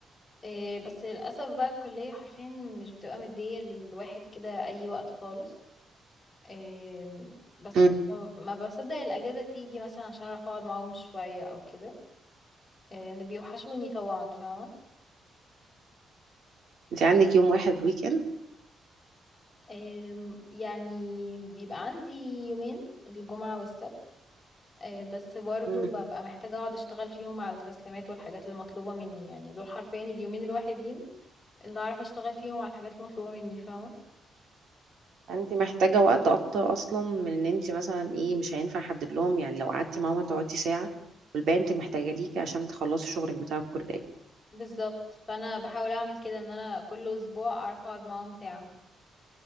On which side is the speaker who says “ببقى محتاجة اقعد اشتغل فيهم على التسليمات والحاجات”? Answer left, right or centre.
Left